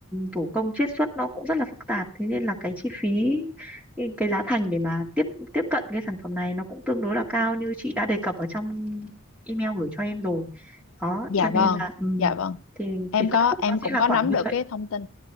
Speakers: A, in the centre; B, on the left.
A: thủ công chiết xuất nó cũng rất là phức tạp thế nên là cái chi phí cái cái giá thành để mà tiếp tiếp cận cái sản phẩm này nó cũng tương đối là cao như chị đã đề cập ở trong email gửi cho em rồi đó
B: dạ
A: cho nên
B: vâng
A: là ừm,
B: dạ vâng
A: thì
B: em
A: thì phân
B: có
A: khúc
B: em
A: nó sẽ
B: cũng
A: là
B: có
A: khoảng
B: nắm
A: như
B: được
A: vậy
B: cái thông tin